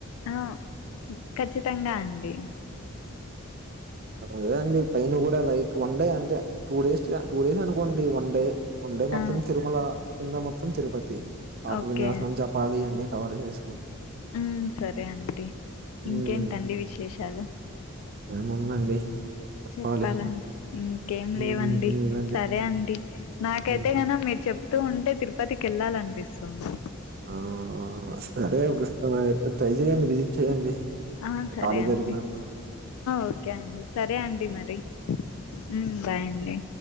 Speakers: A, on the left (about 80°); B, on the right (about 45°).
A: ఆ ఖచ్చితంగా అండి
B: అదే అండి పైన కూడా లైక్ ఉండయి అంటే టూ డేస్ టూ డేస్ అనుకోండి వన్ డే వన్ డే మొత్తం
A: ఆ
B: తిరుమల కింద మొత్తం తిరుపతి పాప
A: ఓకే
B: వినాశనం జపాలి అన్నీ కవర్ చేసుకు
A: హుమ్ సరే అండి
B: హ్మ్.
A: ఇంకేంటండి విశేషాలు
B: ఏముందండి చెప్పాలి.
A: చెప్పాలండి ఇంకేం
B: హ్మ్.
A: లేవండి
B: లేదండి.
A: సరే అండి నాకైతే
B: హ్మ్.
A: కన మీరు చెప్తూ ఉంటే తిరుపతికెళ్ళాలనిపిస్తుంది
B: అవునా సరే ట్రై చేయండి విజిట్ చేయండి
A: ఆ సరే
B: ఖాళీ
A: అండి
B: దొరికినప్పుడు
A: ఓకే అండి సరే అండి మరి హుమ్ బాయ్ అండి